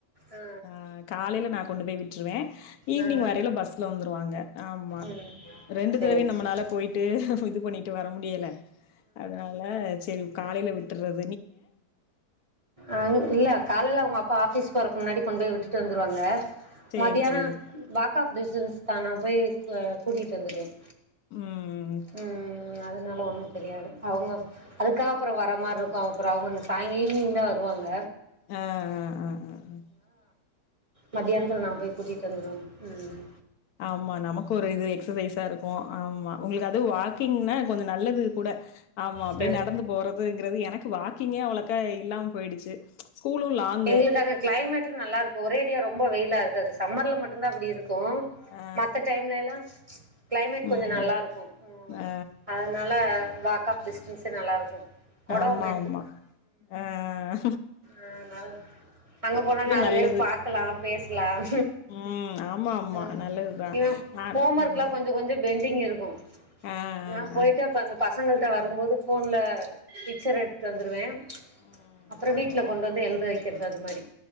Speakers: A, on the right; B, on the left.
A: ஆ
B: ஆஹ் காலையில நான் கொண்டு போய் விட்ருவேன் ஈவினிங்
A: ஆ
B: வரையில பஸ்ல வந்துருவாங்க ஆமா
A: ம்
B: ரெண்டு
A: சேரி
B: பெரையும்
A: சேரி
B: நம்மளால விட்டுட்டு இது பண்ணிட்டு வர முடியல அதனால செரி காலையில விட் விட்ரது
A: அஹ இல்ல காலேலா அப்பா ஆபீஸ் போரத்துக்கு முன்னாடி கொண்டு போய் விட்டு வந்துருவாங்க
B: சேரி
A: மதியியான
B: சேரி
A: வாக்க ஆப் டிஸ்னன் தான் நா போய் அ கூட்டிகிட்டு வந்துடுவேன்
B: உம்
A: உம் அதனால ஒண்ணும் தெரியாது அவங்க அதுக்க அப்புறம் வர மாரி இருக்கும் அப்புறம் அவங்க சாயங்க ஈவினிங் தான் வருவாங்க
B: ஆஹ் ஆஹ் ஆஹ் ஆஹ்ஹ்
A: மதியியானத்தில நா போய் கூட்டிகிட்டு வந்துவேன் உம்
B: ஆமா நமக்கு ஒரு இது எக்சச இருக் ப்ப ஆமா உங்களுக்கு அது வாக்கிங்னா கொஞ்சம் நல்லது கூட ஆமா அப்படியே
A: சரி
B: நடந்து போறது கிறது எனக்கு க் வாக்கிங்கே அவ்ளக்கா இல்லாம போயிடுச்சு ஸ்கூலும் லாங்கு.
A: எங்களுக்காக கிளைமேட்ட நல்லா இருக்கும் ஒரேடியா ரொம் ம்ப வெயிலா இருக்குது சம்ர்ல மட்டும்தான் அப்படி இருக்
B: ஆ
A: மொத்த டைம் இல்ல எல்லாம் டைம்ல எல்லாம் கிளைமேட்
B: ம்.
A: கொஞ்சம் நல்லா உம் இருக்கும்
B: ஆ
A: அதனால வாக்க டிஸ்டன்ஸே நல்லாயிருக்கும் குடம்
B: ஆமா
A: ஒன்று
B: ஆமா ஆஹ்
A: ஆஹ் அங்க போனா நாலு
B: நல்லது.
A: பேர் பாக்கலாம் பேசலாம்
B: ம். ஆமா, ஆமா.
A: அஹ்
B: நல்லதுதான்.
A: இவ
B: நானு
A: ஹோம் ஒர்க்
B: ம்.
A: எல்லாம் கொஞ்ச கொஞ்ச பெண் அப்படிங்க இருக்கு
B: ஆ,
A: நா போயிட்டேப்பந்
B: ஆ, ஆ.
A: பச பசங்கள்ட வரும்போது போன்ல பிக்சர் எடுத்து வந்துடுவேன்
B: ம்.
A: அப்புறம் வீட் ட்டில கொண்டு வந்து எழுது வைக்கிறது அது மாரி